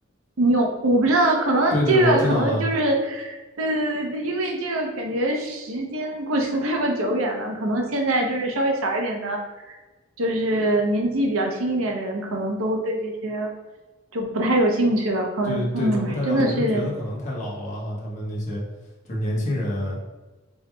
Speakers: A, on the right; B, on the left.
A: 你有我不知道，可能这个可能就是，
B: 对对，我知道的，
A: 对对对对，因为这个感觉时间过去的 <laughs> 太过久远了，可能现在就是稍微小一点的，就是年纪比较轻一点的人，可能都对这些就不太有兴趣了。可能嗯，
B: 对对，都不太了解，
A: 真的是
B: 就觉得可能太老了哈，他们那些就是年轻人，